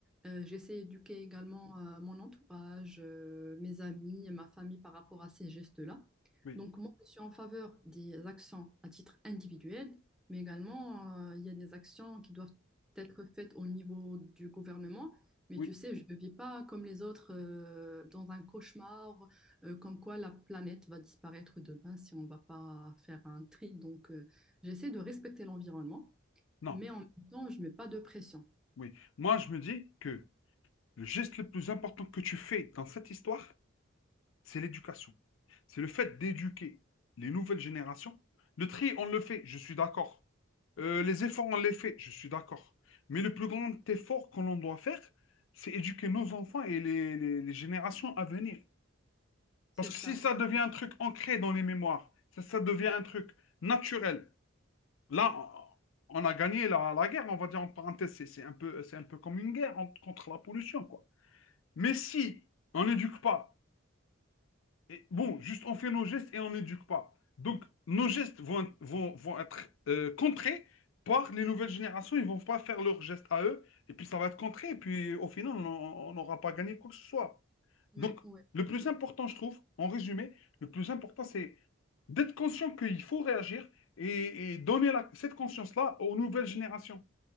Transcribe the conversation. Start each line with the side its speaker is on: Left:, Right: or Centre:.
Centre: Euh, j'essaie d'éduquer également euh, mon entourage, euh, mes amis et ma famille par rapport à ces gestes-là.
Left: oui,
Centre: Donc, moi, je suis en faveur des actions à titre individuel, mais également, euh, il y a des actions qui doivent être faites au niveau du gouvernement mais
Left: oui,
Centre: tu sais, je ne vis pas comme les autres euh, dans un cauchemar, euh, comme quoi la planète va disparaître demain si on ne va pas faire un tri. Donc, euh, j'essaie de respecter l'environnement,
Left: non,
Centre: mais en même temps, je ne mets pas de pression.
Left: oui. Moi, je me dis que Le geste le plus important que tu fais dans cette histoire, c'est l'éducation. C'est le fait d'éduquer les nouvelles générations. Le tri, on le fait, je suis d'accord. Euh, les efforts, on les fait, je suis d'accord. Mais le plus grand effort que l'on doit faire, c'est éduquer nos enfants et les, les- les générations à venir.
Centre: C'est
Left: Parce que
Centre: ça.
Left: si ça devient un truc ancré dans les mémoires, ça, ça devient un truc naturel, là, on a gagné la, la guerre, on va dire en parenthèse, c'est c'est un peu, c'est un peu comme une guerre en- contre la pollution, quoi. Mais si on n'éduque pas Et bon, juste on fait nos gestes et on n'éduque pas. Donc, nos gestes vont, vont, vont être euh, contrés par les nouvelles générations. Ils ne vont pas faire leurs gestes à eux. Et puis, ça va être contré. Et puis, au final, on on n'aura pas gagné quoi que ce soit.
Centre: Ouais,
Left: Donc,
Centre: ouais.
Left: le plus important, je trouve, en résumé, le plus important, c'est d'être conscient qu'il faut réagir et, et donner la- cette conscience-là aux nouvelles générations.